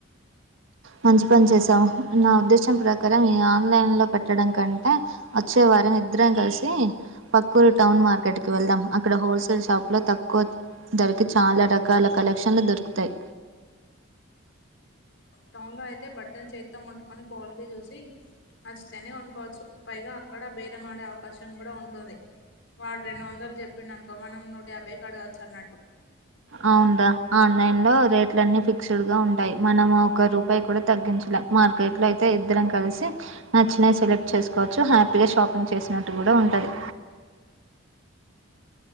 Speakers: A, on the right; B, on the left.
A: మంచి పని చేశావ్ నా ఉద్దేశం ప్రకారం ఈ ఆన్లైన్ లో పెట్టడం కంటే వచ్చే వారం ఇద్దరం కలిసి పక్కుూరు టౌన్ మార్కెట్ కి వెళ్దాం. అక్కడ హోల్సేల్ షాప్ లో తక్కువ ధరకి చాలా రకాల కలెక్షన్లు దొరుకుతాయి.
B: టౌన్ లో అయితే బట్టన్ చేతో ముట్టుకొని క్వాలిటీ చూసి నచ్చితేనే కోనుకోవచ్చు పైగా అక్కడ బేరము ఆడే అవకాశం కూడా ఉంటుంది. వాడు రెండు వందలు చెప్పిండు అనుకో మనం నూట యాభైకి ఆడగచ్చు అన్నట్టు
A: అవుంరా ఆన్లైన్ లో రేట్లు అన్ని ఫిక్స్డ్ గా ఉంటాయి. మనం ఒక రూపాయి కూడా తగ్గించు మార్కెట్ లో అయితే ఇద్దరం కలిసి నచ్చినయి సెలెక్ట్ చేసుకోవచ్చు హ్యాపీగా షాపింగ్ చేసుకో కూడా ఉంటాది